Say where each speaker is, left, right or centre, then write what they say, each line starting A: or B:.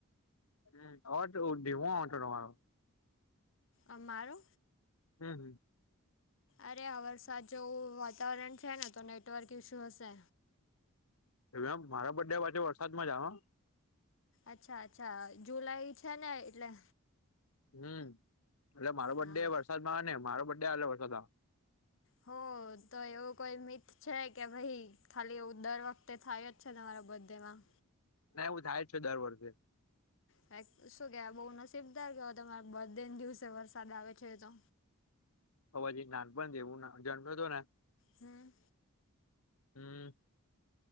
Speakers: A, on the left (about 80°); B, on the left (about 60°).
A: હમ અવાજ ધીમો આવે તમારો.
B: અ મારો.
A: હમ હમ.
B: અરે આ વરસાદ જેવું વાતાવરણ છે ને તો નેટવર્ક ઇશ્યુ હશે.
A: એમ મારા બડ્યા પાછે વરસાદમાં જ આવે.
B: અચ્છા અચ્છા જુલાઈ છે ને એટલે.
A: હમ એટલે મારો બડ
B: હા
A: ડે વરસાદ માં ને મારો બડ્ ડે એટલે વરસાદ આવે.
B: હો તો એવું કોઈ મિત છે કે ભાઈ. ખાલી એવું દર વખતે થાય જ છે તમારા બડે માં.
A: નાવું થાય જ છે દર વર્ષે.
B: ક શું કેવાય બહુ નસીબદાર કેવાય તમારે બધને દિવસે વરસાદ આવે છે તો.
A: હવાજી નાનપણ દેવું જન્મે તો ને.
B: હમ.
A: હમ.